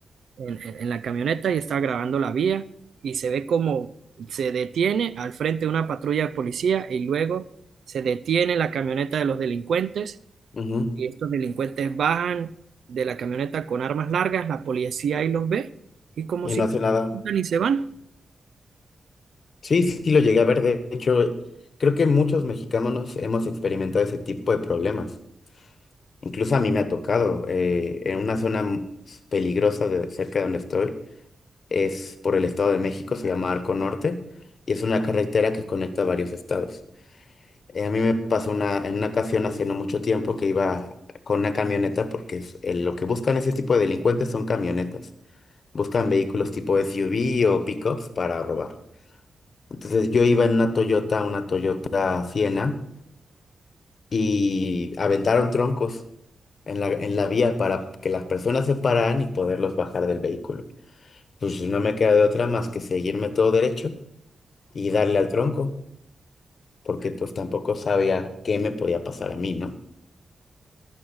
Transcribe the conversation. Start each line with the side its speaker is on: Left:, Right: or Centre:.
Right: en, en- en la camioneta y estaba grabando la vía y se ve como se detiene al frente de una patrulla de policía y luego se detiene la camioneta de los delincuentes
Left: Ujú,
Right: y estos delincuentes bajan de la camioneta con armas largas, la policía ahí los ve y como
Left: Y
Right: si
Left: no
Right: no
Left: hace
Right: se
Left: nada.
Right: preguntan y se van.
Left: Sí, sí, sí lo llegué a ver. De hecho, creo que muchos mexicanos hemos experimentado ese tipo de problemas. Incluso a mí me ha tocado eh, en una zona m- peligrosa de cerca de donde estoy. es por el Estado de México, se llama Arco Norte, y es una carretera que conecta varios estados. Eh, a mí me pasó una, en una ocasión hace no mucho tiempo que iba con una camioneta, porque es- eh, lo que buscan ese tipo de delincuentes son camionetas. Buscan vehículos tipo SUV o pickups para robar. Entonces yo iba en una Toyota, una Toyota Siena, y aventaron troncos en la, en la vía para que las personas se pararan y poderlos bajar del vehículo. Pues no me queda de otra más que seguirme todo derecho y darle al tronco, porque pues tampoco sabía qué me podía pasar a mí, ¿no?